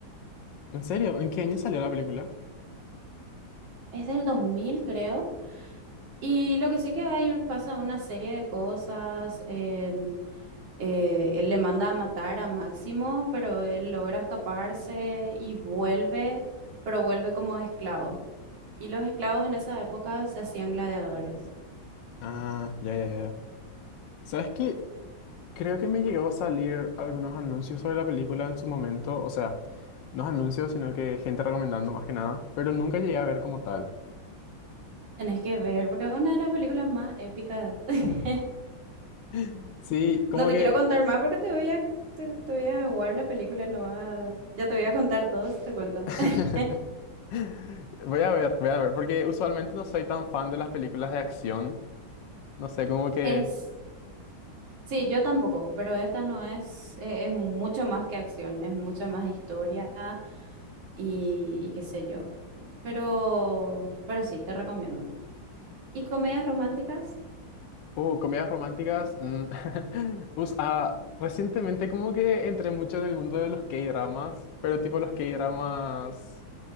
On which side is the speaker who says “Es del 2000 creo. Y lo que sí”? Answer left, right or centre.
Right